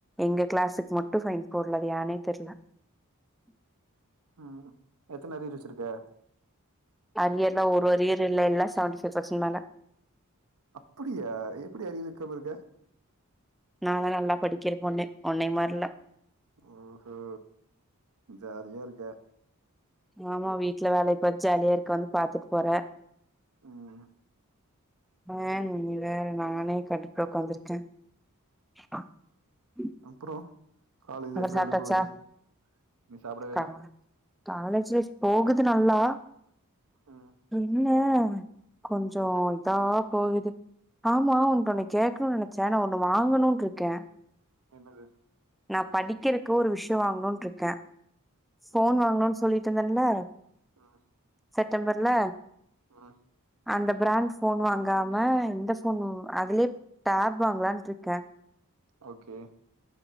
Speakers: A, in the centre; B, on the right.
A: எங்க க்ளாஸ்க்கு மட்டு ஃபைன் போடல அது யானே தெரியல
B: ம் எத்தன அரியர் வெச்சிருக்க
A: அரியர்லா ஒரு அரியரு இல்ல எல்லா செவன்டி ஃபைவ் பசன்ட் மேல
B: அப்டியா எப்டி அரியர் வெக்காமா இருக்க
A: நா தா நல்லா படிக்கிற பொண்ணு உன்னைய மாரி இல்ல
B: ஓ ஜாலியா இருக்க
A: ஆமா வீட்ல வேலய பாத்துட்டு ஜாலியா இருக்க வந்து பாத்துட்டு போற
B: ம்
A: ஏங்க நீங்க வேற நானே கடுப்புல ஒக்காந்துருக்கே <inaudible>
B: அப்பறோம் காலேஜ்
A: அப்றோ
B: லைஃப்லா
A: சாப்ட்டாச்சா
B: எப்டி போது நீ சாப்படவேல
A: கா காலேஜ் லைஃப் போகுது நல்லா
B: ம்
A: என்ன கொஞ்சம் இதா போகுது ஆமா ஊன்ட்ட ஒன்னு கேக்கணுனு நெனச்சே நா ஒண்ணு வாங்கணுன்று இருக்கேன்
B: என்னது
A: நா படிக்கிறக்கு ஒரு விஷயோம் வாங்கணோனு இருக்கேன் போன்
B: ம்
A: வாங்கனோனு சொல்லிட்டு இந்தேன்ல
B: ம்
A: செட்டம்பர்ல
B: ம்
A: அந்த பிராண்ட் போன் வாங்காம இந்த போன் அதுலயே டேப் வாங்கலான்ட்டு இருக்கேன்
B: ஓகே